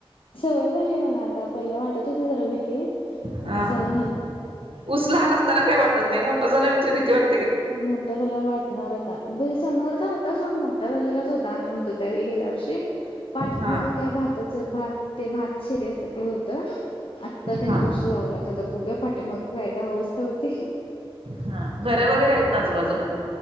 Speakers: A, on the left; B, on the right.
A: सवय झाली आहे मला आता, पहिलं वाटत होती जरा भीती. आता
B: हां.
A: सवय झाली.
B: ऊस लहान असताना काही वाटत नाही. मोठ झाल्यानंतर भीती वाट
A: मोठ झाल्यावर वाटणार आता, समोरचा होता सोड मोठा झालेलाच होता आम्ही तो त्यावेळी गेल्या वर्षी पाठीमागं
B: हा
A: काय, भाताच भात ते भात शिरी असतं ते होतं. आत्ता त्यांनी
B: हा.
A: ऊस लावला तर, आता बघुया पाठीमागं काय काय अवस्था होती ते.
B: हां. घर वगैरे आहेत ना आजूबाजूला.